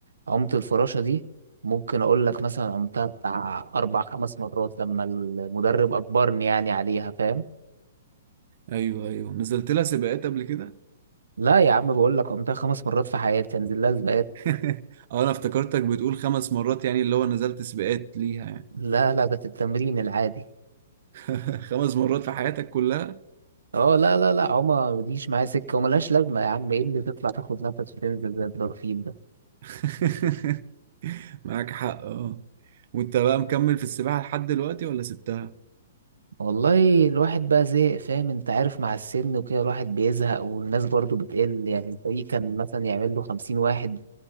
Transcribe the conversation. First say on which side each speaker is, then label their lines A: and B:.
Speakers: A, on the right; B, on the right.
A: عمت الفراشة دي ممكن اقول لك مثلا عمتها بتاع اربع خمس مرات لما المدرب اجبرني يعني عليها فاهم
B: ايوه ايوه نزلت لها سباقات قبل كده
A: لا يا عم بقول لك عمتها خمس مرات في حياتي انزل لها سباقات
B: <laughs> اه انا افتكرتك بتقول خمس مرات يعني اللي هو نزلت سباقات ليها يعني
A: لا لا ده في التمرين العادي
B: <laughs> خمس مرات في حياتك كلها
A: اه لا لا لا عمى ما بتجيش معايا سكة وملهاش لازمة يا عم ايه اللي تطلع تاخد نفس وتنزل زي الدرفين
B: <laughs> معاك حق اه وانت بقى مكمل في السباحة لحد دلوقتي ولا سبتها
A: والله الواحد بقى زهق فاهم انت عارف مع السن وكده الواحد بيزهق والناس برضو بتقل يعني الفريق كان مثلا يعمل له خمسين واحد